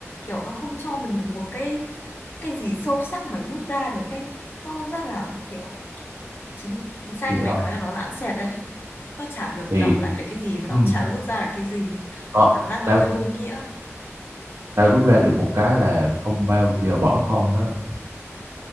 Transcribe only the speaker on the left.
kiểu nó không cho mình được một cái cái gì sâu sắc mà rút ra được hết nó rất là kiểu chính chính xác
như
mày nói là nó lãng xẹt đấy nó chả được
động lại được cái gì mà nó
cũng chả rút ra được cái gì
cảm giác nó
hơi vô nghĩa